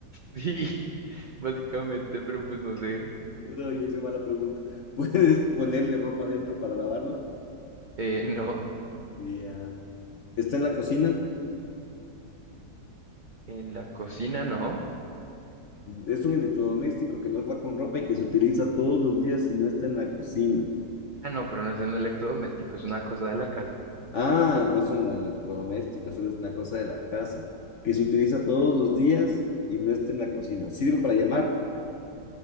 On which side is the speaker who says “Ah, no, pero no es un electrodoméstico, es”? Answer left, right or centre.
Right